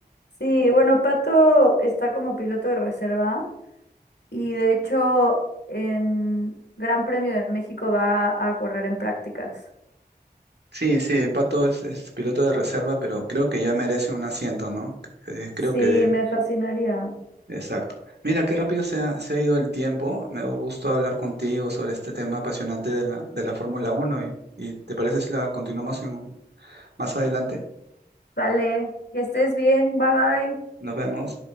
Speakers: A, on the left; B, on the right.
A: sí, bueno, Pato está como piloto de reserva y de hecho en Gran Premio de México va a correr en prácticas.
B: Sí, sí, Pato es, es piloto de reserva, pero creo que ya merece un asiento, ¿no? Eh, Creo
A: Sí,
B: que,
A: me fascinaría.
B: exacto. Mira, qué rápido se ha, se ha ido el tiempo. Me dio gusto hablar contigo sobre este tema apasionante de la, de la Fórmula Uno y, y ¿te parece si la continuamos en- más adelante?
A: Vale, que estés bien, bye bye.
B: Nos vemos.